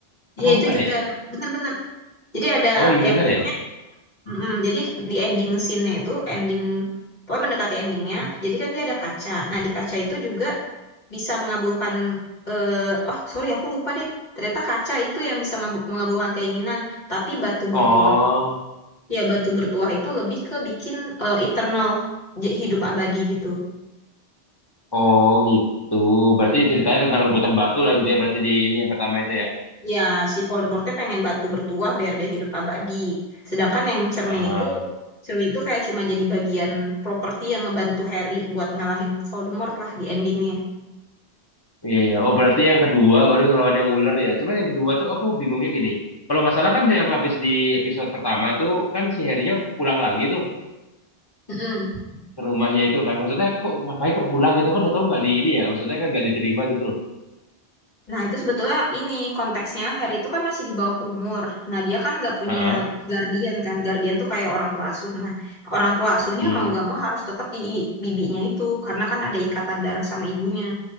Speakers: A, on the left; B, on the left.
A: dia
B: Apa
A: itu
B: bukan
A: juga
B: ya?
A: bener-bener. Jadi ada
B: Oh iya
A: ya
B: bener
A: pokoknya
B: ya?
A: Mm-mm, jadi di ending scene-nya itu ending pokoknya mendekati endingnya. Jadi kan dia ada kaca. Nah di kaca itu juga bisa mengabulkan eh oh sorry aku lupa deh. Ternyata kaca itu yang bisa ngabu- mengabulkan keinginan. Tapi batu
B: Oh,
A: bertuah ya batu bertuah itu lebih ke bikin eh, eternal j- hidup abadi gitu.
B: oh gitu. Berarti ceritanya tentang rebutan batu lah gitu ya. Berarti di ini yang pertama itu ya?
A: Ya, si Voldemortnya pengen batu bertuah biar dia hidup abadi. Sedangkan yang cermin
B: Ah,
A: itu, cermin itu kayak cuma jadi bagian properti yang ngebantu Harry buat ngalahin Voldemort lah di endingnya.
B: iya iya. Oh berarti yang kedua baru ngelawan yang ular ya. Cuman yang kedua tuh aku bingungnya gini. Kalau nggak salah kan yang habis di episode pertama tuh kan si Harry-nya pulang lagi tuh.
A: Mm-mm.
B: ke rumahnya itu kan maksudnya kok ngapain kok pulang gitu kan udah tahu nggak di ini ya maksudnya kan nggak diterima gitu loh
A: Nah, itu sebetulnya ini konteksnya Harry itu kan masih di bawah umur. Nah, dia kan nggak punya
B: Heeh.
A: guardian kan. Guardian tuh kayak orang tua asuh. Nah, orang tua asuhnya
B: Hmm.
A: mau nggak mau harus tetap di bibinya itu karena kan ada ikatan darah sama ibunya.